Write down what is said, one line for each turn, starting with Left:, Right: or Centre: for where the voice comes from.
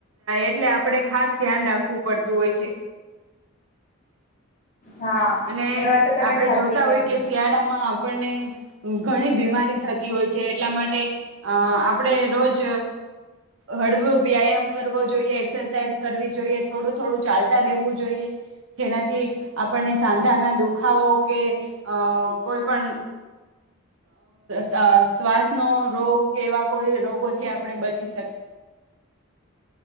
Right: એટલે આપણેે ખાસ ધ્યાન રાખવું પડતું હોય છે.
Left: હા
Right: અને
Left: એ વાત તો તમે
Right: આપણેે
Left: સાચી
Right: જોતા
Left: કહી
Right: હોય કે શિયાળામાં આપણને ઘણી બીમારી થતી હોય છે. એટલા માટે અ આપણે રોજ હળવું વ્યાયામ કરવો જોઈએ, એક્સરસાઇઝ કરવી જોઈએ, થોડું થોડું ચાલતા રહેવું, જોઈએ જેનાથી આપણને સાંધાના દુખાવો કે અ કોઈ પણ શ્વાસનો રોગ કે એવા કોઈ રોગોથી આપણે બચી શકીએ.